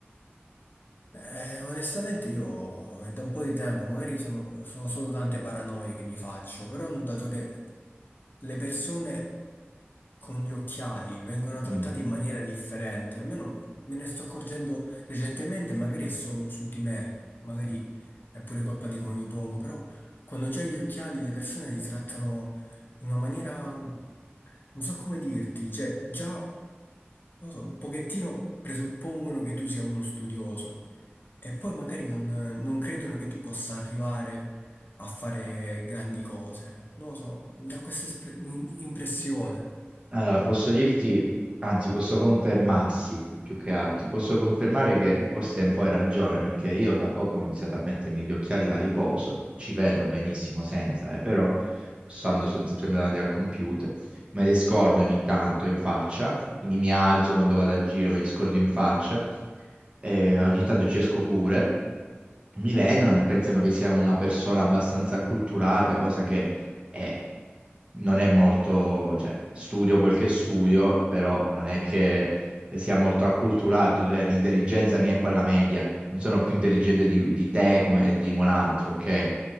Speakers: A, on the left; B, on the right.
A: Eh, onestamente io è da un po' di tempo, magari sono, sono solo tante paranoie che mi faccio, però ho notato che le persone con gli occhiali vengono trattate
B: Mm.
A: in maniera differente, almeno me ne sto accorgendo recentemente, magari è solo su di me, magari è pure colpa di come mi pongo, però quando c'hai gli occhiali le persone ti trattano in una maniera, non so come dirti, cioè già non lo so, un pochettino presuppongono che tu sia uno studioso e poi magari non, non credono che tu possa arrivare a fare grandi cose. Non lo so, mi dà questa espre- in- impressione.
B: Allora, posso dirti, anzi, posso confermarsi più che altro, ti posso confermare che forse un po' hai ragione, perché io da poco ho iniziato a mettermi gli occhiali da riposo, ci vedo benissimo senza, eh, però stando son- sempre davanti al computer, me li scordo ogni tanto in faccia, quindi mi alzo quando vado a giro, me li scordo in faccia eh, ogni tanto ci esco pure, mi vedono e pensano che sia una persona abbastanza acculturata, cosa che è- non è molto, cioè studio quel che studio, però non è che sia molto acculturato, cioè l'intelligenza mia è quella media, non sono più intelligente di, di te come di un altro, ok?